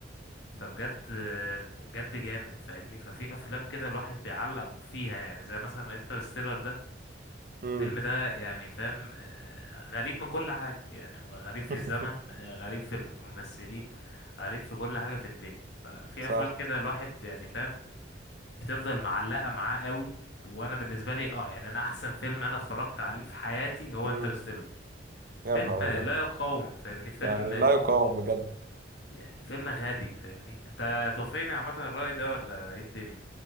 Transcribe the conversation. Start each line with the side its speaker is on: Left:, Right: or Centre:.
Left: فبجد بجد جامد فاهمني ففي افلام كده الواحد بيعلق فيها يعني زي مثلا انترستيلر ده
Right: امم
Left: الفيلم ده يعني فاهم آه، غريب من كل حاجة يعني هو غريب
Right: <laughs>
Left: في الزمن آه، غريب في الممثلين غريب في كل حاجة في الدنيا ففي
Right: صح
Left: افلام كده الواحد يعني فاهم بتفضل معلقة معاه قوي وانا بالنسبة لي اه يعني انا احسن فيلم انا اتفرجت عليه في حياتي هو
Right: امم
Left: انترستيلر
Right: يا
Left: فيلم
Right: نهار
Left: لا
Right: ابيض
Left: يقاوم فاهمني فيلم
Right: يعني لا يقاوم بجد
Left: يعني فيلم غبي فاهمني انت توافقني عامة الرأي ده ولا ايه الدنيا